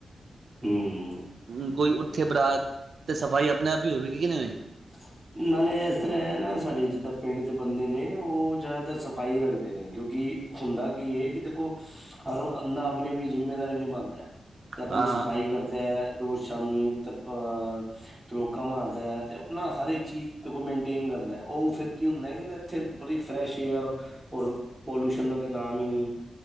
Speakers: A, on the right; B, on the right.
A: ਹੂੰ!
B: ਹੂੰ! ਕੋਈ ਉੱਠੇ ਭਰਾ ਤੇ ਸਫ਼ਾਈ ਆਪਣੇ ਆਪ ਹੀ ਹੋਵੇਗੀ ਕਿ ਨਹੀਂ ਹੋਵੇਗੀ।
A: ਅੱਛਾ! ਨਾਲੇ ਇਸ ਤਰ੍ਹਾਂ ਹੈ ਨਾ ਸਾਡੇ ਜਿੱਦਾਂ ਪਿੰਡ ਦੇ ਬੰਦੇ ਨੇ ਉਹ ਜ਼ਿਆਦਾਤਰ ਸਫ਼ਾਈ ਰੱਖਦੇ ਨੇ ਕਿਉਂਕਿ। ਹੁੰਦਾ ਕੀ ਇਹ ਕਿ ਦੇਖੋ ਹਰ ਬੰਦਾ ਆਪਣੀ ਆਪਣੀ ਜ਼ਿੰਮੇਵਾਰੀ ਨਿਭਾਉਂਦਾ। ਤੇ ਆਪਣੀ
B: ਹਾਂ
A: ਸਫ਼ਾਈ ਕਰਦਾ ਹੈ। ਰੋਜ਼ ਸ਼ਾਮੀ ਤ ਅਹ ਤਰੋਕਾਂ ਮਾਰਦਾ ਹੈ ਤੇ। ਨਾ ਹਰ ਇੱਕ ਚੀਜ਼ ਦੇਖੋ ਮੇਨਟੇਨ ਕਰਦਾ ਉਹ ਫਿਰ ਕੀ ਹੁੰਦਾ ਇੱਥੇ ਬੜੀ ਫਰੈਸ਼ ਏਅਰ। ਹੋਰ ਪੋਲੂਸ਼ਨਾ ਦਾ ਤਾਂ ਨਾਮ ਈ ਨਈ।